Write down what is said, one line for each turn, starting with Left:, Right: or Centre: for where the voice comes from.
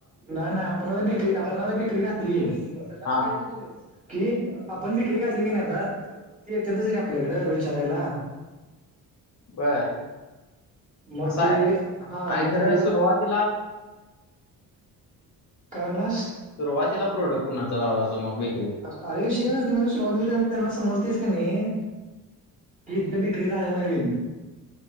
Right: नाही, नाही आपण बिक्री आपण बिक्री घातली असं
Left: हा
Right: काही नाही. कि आपण विक्री घातली की नाही आता ती येते तच रे आपल्याकडे विचारायला.
Left: बर
Right: मग
Left: असं
Right: ते
Left: आहे
Right: हा
Left: आणि
Right: मग
Left: खरं
Right: त्या
Left: सुरुवातीला
Right: काय म्हणट्लास.
Left: सुरुवातीला प्रोडक्ट कोणाचा लावायच मग बेकरीत.
Right: अरे विषय नस म्हणजे सुरुवाती त्यांना समजतेस का नाही. क इथल्या बिक्री झाल्या नवीन